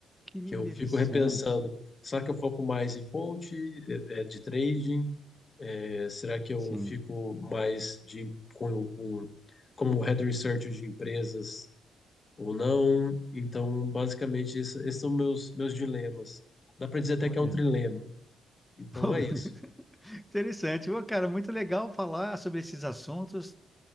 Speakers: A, in the centre; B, on the left.
A: Que
B: que
A: interessante.
B: eu fico repensando, será que eu foco mais em coach, é, é, de trading, Será que eu
A: Sim,
B: fico mais de, com, com, como head researcher de empresas ou não? Então, basicamente, esse- esses são meus, meus dilemas. Dá para dizer até
A: olha.
B: que é um trilema. Então,
A: <laughs>
B: é isso.
A: Interessante. Ô, cara, muito legal falar sobre esses assuntos.